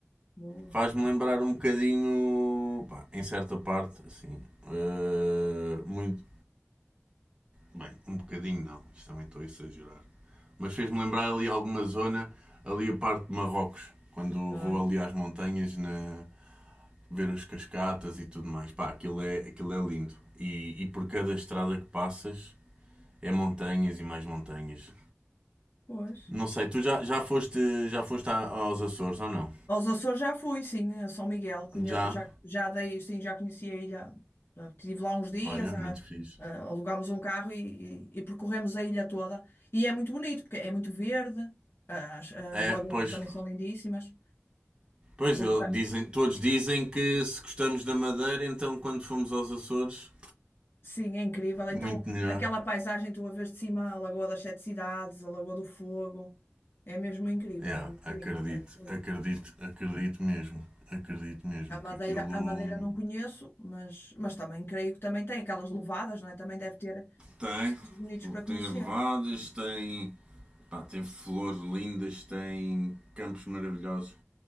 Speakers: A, on the left; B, on the right.
A: Boa.
B: Faz-me lembrar um bocadinho, pá, em certa parte, assim, eh, muito. Bem, um bocadinho não, isto também estou a exagerar. Mas fez-me lembrar ali alguma zona, ali a parte de Marrocos, quando
A: Ah,
B: vou ali às montanhas na, ver os cascatas e tudo mais. Pá, aquilo é, aquilo é lindo. E, e por cada estrada que passas é montanhas e mais montanhas.
A: pois.
B: Não sei, tu já, já foste, já foste a- aos Açores ou não?
A: Aos Açores já fui, sim, a São Miguel. Conhe-
B: Já?
A: já, já dei, sim, já conheci a ilha. Ah, Estive lá uns dias,
B: Olha,
A: a-
B: muito fixe.
A: a- alugámos um carro e, e- e percorremos a ilha toda. E é muito bonito, porque é muito verde. As, as
B: É,
A: lagoas
B: pois,
A: também são lindíssimas.
B: Pois,
A: Um-
B: ele- dizem, todos dizem que se gostamos da Madeira, então quando fomos aos Açores,
A: Sim, é incrível. Então,
B: muito melhor.
A: aquela paisagem tu a vês de cima, a Lagoa das Sete Cidades, a Lagoa do Fogo, é mesmo incrível,
B: Yeah,
A: é muito
B: acredito,
A: lindo, é muito lindo.
B: acredito, acredito mesmo. Acredito mesmo
A: A
B: que
A: Madeira,
B: aquilo.
A: a Madeira não conheço, mas, mas também creio que também tem aquelas levadas, não é? Também deve ter
B: Tem.
A: sítios bonitos para conhecer.
B: Tem elevadas, tem. pá, tem flores lindas, tem campos maravilhosos.